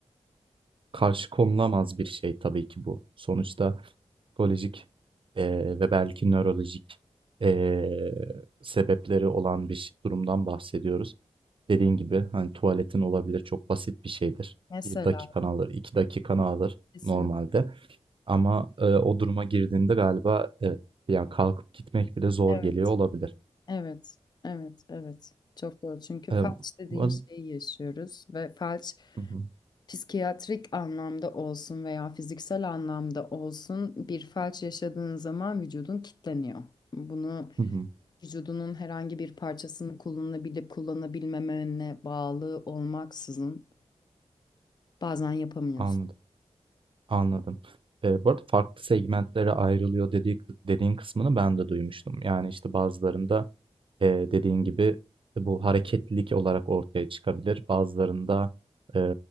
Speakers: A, on the right; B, on the left.
A: Karşı konulamaz bir şey tabii ki bu. Sonuçta psikolojik, eee, ve belki nörolojik, eee, sebepleri olan bir ş durumdan bahsediyoruz. Dediğin gibi, hani, tuvaletin olabilir, çok basit bir şeydir.
B: Mesela.
A: Bir dakikanı alır, 2 dakikanı alır
B: Kesin.
A: normalde ama, eee, o duruma girdiğinde galiba evet, yani kalkıp gitmek bile zor
B: Evet,
A: geliyor olabilir.
B: evet, evet, evet. Çok doğru. Çünkü
A: Emm,
B: felç dediğin
A: bu ar
B: şeyi yaşıyoruz ve felç
A: Hı hı.
B: psikiyatrik anlamda olsun veya fiziksel anlamda olsun bir felç yaşadığın zaman vücudun kilitleniyor. Bunu
A: Hı hı.
B: vücudunun herhangi bir parçasını kullanabilip kullanabilmemene bağlı olmaksızın bazen yapamıyorsun.
A: Anladım. Anladım. Eee, bu arada farklı segmentlere ayrılıyor dediği dediğin kısmını ben de duymuştum. Yani, işte, bazılarında, eee, dediğin gibi bu hareketlilik olarak ortaya çıkabilir. Bazılarında, eee,